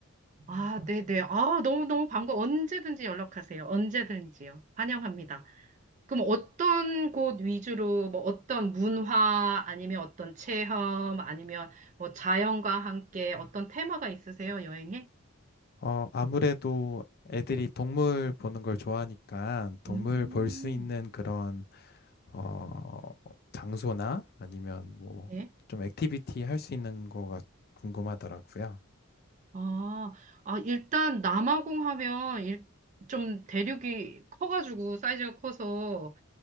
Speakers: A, on the right; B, on the left.
A: 아, 네네. 아, 너무너무 반가워. 언제든지 연락하세요. 언제든지요. 환영합니다. 그럼 어떤 곳 위주로 뭐 어떤 문화 아니면 어떤 체험 아니면 뭐 자연과 함께 어떤 테마가 있으세요, 여행에?
B: 어, 아무래도 애들이 동물 보는 걸 좋아하니까 동물
A: 음,
B: 볼 수 있는 그런, 어, 장소나 아니면 뭐
A: 네.
B: 좀 액티비티 할 수 있는 거가 궁금하더라고요.
A: 아, 아, 일단 남아공 하면 일, 좀 대륙이 커가지고 사이즈가 커서